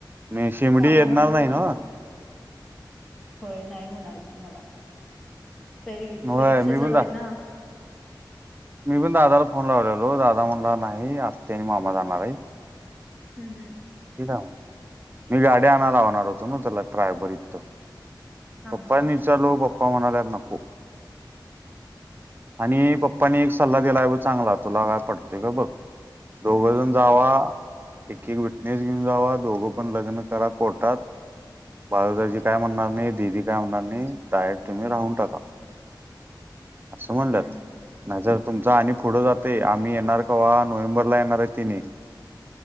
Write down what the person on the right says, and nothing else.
मग शेंबडी
येणार नाही ना
होय
मी
पण
मी पण दादाला फोन लावलेलो दादा म्हणला नाही आत्ते आणि मामा जाणार आहे
मग मी गाडी्या आणायला लावणार होतो ना त्याला ट्रायबरत त
पप्पांनी
चालू पप्पा म्हणाल्यात नको आणि पप्पाने एक सल्ला दिला आहे बग चांगला तुला काय पटतोय का बघ दोघं
जण जावा एक एक विटनेस घेऊन जावा दोघं पण लग्न करा कोर्टात बाळूदाजी काय म्हणणार नाही दीदी काय म्हणणार नाही डायरेट तुम्ही राहून टाका असं म्हणल्यात
नाही जर तुमच आणि पुढं जातय आम्ही येणार का्हा नोव्हेंबरला येणार आहे तिन